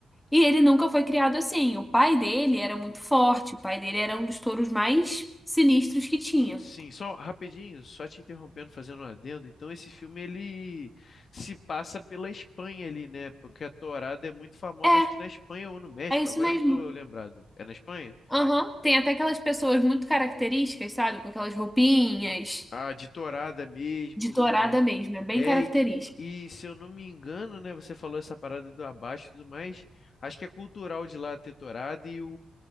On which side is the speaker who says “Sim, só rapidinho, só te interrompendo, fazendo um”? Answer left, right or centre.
Left